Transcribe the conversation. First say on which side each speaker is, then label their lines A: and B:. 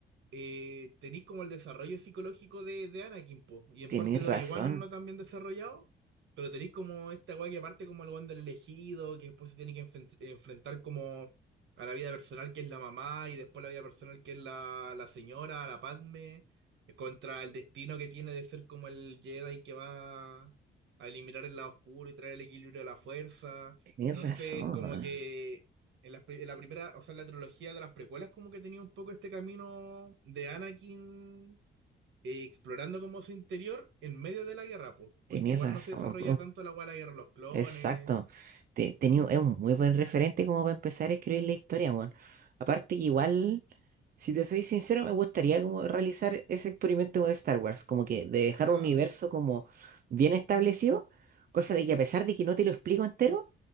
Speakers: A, on the right (about 70°); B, on the right (about 45°).
A: eh, tenéis como el desarrollo psicológico de, de Anakin, po, y en
B: Tenés
A: parte de
B: razón,
A: Obi-Wan no tan bien desarrollado, pero tenéis como esta weá que parte como el weón del elegido, que después se tiene que enfren- enfrentar como a la vida personal que es la mamá, y después la vida personal que es la, la señora, la Padme, eh, contra el destino que tiene de ser como el Jedi que va a eliminar el lado oscuro y traer el equilibrio a la fuerza.
B: tenés
A: Entonces,
B: razón,
A: como
B: weón.
A: que en la, en la primera, o sea, en la trilogía de las precuelas, como que tenía un poco este camino de Anakin eh, explorando como su interior en medio de la guerra, pues, porque
B: tenés
A: igual
B: razón.
A: no se desarrolla tanto la hueá de la guerra de los clones.
B: Exacto. Te, tenía, es un muy buen referente como para empezar a escribir la historia, weón. Aparte que igual, si te soy sincero, me gustaría como realizar ese experimento de Star Wars, como que de dejar
A: ¿Ya?
B: un universo como bien establecido, cosa de que a pesar de que no te lo explico entero,